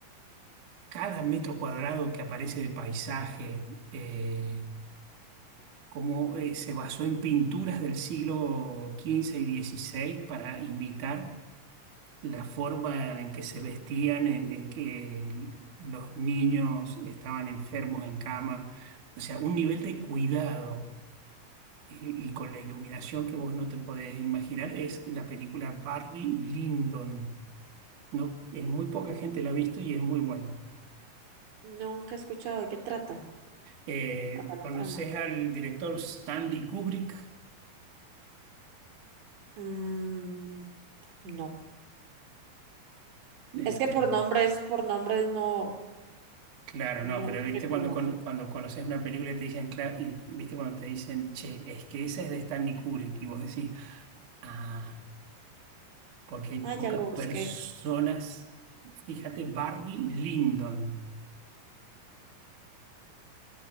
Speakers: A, on the right; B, on the right.
A: cada metro cuadrado que aparece de paisaje. eh, Cómo eh, se basó en pinturas del siglo XV y XVI para imitar la forma en que se vestían, en, en que los niños estaban enfermos en cama, o sea, un nivel de cuidado. Y, y con la iluminación que vos no te podés imaginar, es la película Barry Lyndon. No, eh, muy poca gente la ha visto y es muy buena.
B: Nunca he escuchado de qué trata.
A: Eh,
B: Hasta la
A: ¿conoces
B: trama. <laughs>
A: al director Stanley Kubrick?
B: Mm, No.
A: Este,
B: Es que por nombres, por nombres no,
A: Claro,
B: no
A: no, pero
B: los
A: viste
B: reconozco.
A: cuando, con- cuando conoces una película y te dicen, claro, y viste cuando te dicen, che, es que esa es de Stanley Kubrick, y vos decís, ah, porque hay
B: Ah,
A: pocas
B: ya lo busqué.
A: personas, fíjate, Barry Lyndon,